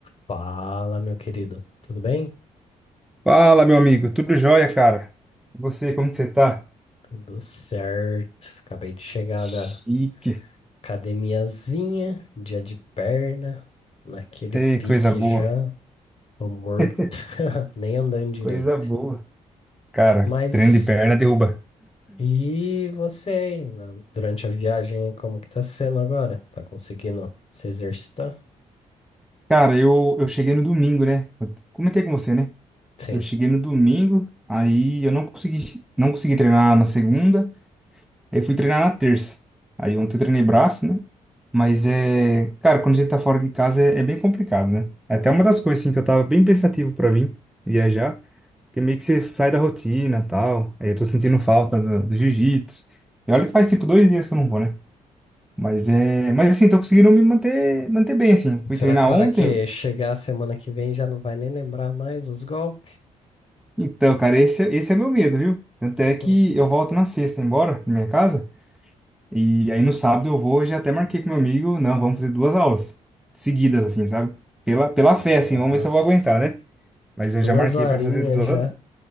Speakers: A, on the left; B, in the centre.
A: Fala, meu querido. Tudo bem?
B: Fala, meu amigo. Tudo jóia, cara? E você, como que você tá?
A: Tudo certo. Acabei de chegar
B: Chique.
A: da academiazinha, dia de perna, naquele
B: Ei,
A: pique
B: coisa boa.
A: já. Tô morto,
B: <laughs>
A: <laughs> nem andando direito.
B: Coisa boa. Cara,
A: Mas
B: treino de perna derruba.
A: e você aí, na- durante a viagem, como que tá sendo agora? Tá conseguindo se exercitar?
B: Cara, eu, eu cheguei no domingo, né? Eu Comentei com você, né?
A: Sim.
B: Eu cheguei no domingo, aí eu não consegui, não consegui treinar na segunda, aí fui treinar na terça. Aí ontem eu treinei braço, né? Mas é, cara, quando a gente tá fora de casa é, é bem complicado, né? É até uma das coisas, assim, que eu tava bem pensativo pra vir viajar. Porque meio que você sai da rotina e tal. Aí eu tô sentindo falta do, do jiu-jitsu. E olha que faz tipo dois dias que eu não vou, né? Mas é. Mas assim, tô conseguindo me manter, manter bem, assim. Fui
A: Será,
B: treinar
A: cara,
B: ontem.
A: que chegar semana que vem já não vai nem lembrar mais os golpes?
B: Então, cara, esse, esse é meu medo, viu? Tanto
A: <laughs>
B: é que eu volto na sexta embora, na minha casa. E aí no sábado eu vou, eu já até marquei com meu amigo. Não, vamos fazer duas aulas seguidas, assim, sabe? Pela, pela
A: Nossa,
B: fé, assim, vamos ver se eu vou aguentar, né? Mas eu
A: duas
B: já marquei
A: horinhas
B: pra fazer duas,
A: já.